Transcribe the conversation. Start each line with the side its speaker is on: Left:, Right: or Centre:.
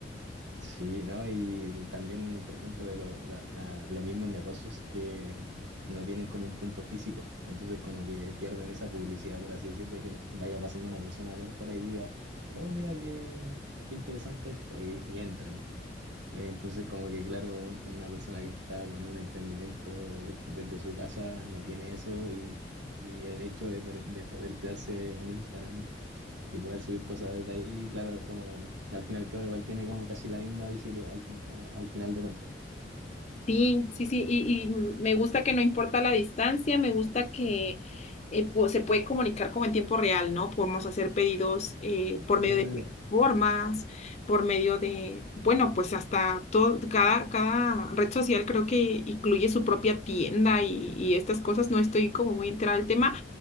Right: Sí, ¿no? Y también, por ejemplo, de lo- la- la- los mismos negocios que no tienen como un punto físico. Entonces, como que pierden esa publicidad, por así decir, de que vaya pasando una persona por fuera y diga, oh, mira qué, qué interesante esto, y, y entren. Eh, Entonces, como que, claro, un- una persona que está con un emprendimiento desde su casa no tiene eso y, y el hecho de, poder- de poder crearse un Instagram y poder subir cosas desde ahí, claro, es como, al fin y al cabo igual tiene como casi la misma visibilidad al, fina- a- al final de cuentas.
Left: Sí, sí, sí, y, y me gusta que no importa la distancia, me gusta que eh, po- se puede comunicar como en tiempo real, ¿no? Podemos hacer pedidos eh, por medio
Right: Claro,
Left: de plataformas, por medio de, bueno, pues hasta todo, cada, cada red social creo que incluye su propia tienda y, y estas cosas, no estoy como muy enterada del tema,